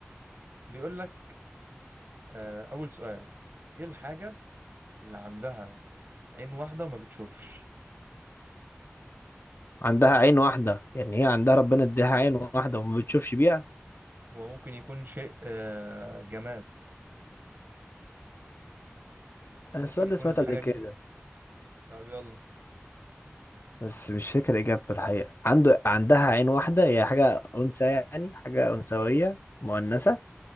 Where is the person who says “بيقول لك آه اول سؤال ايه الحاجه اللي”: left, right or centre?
Right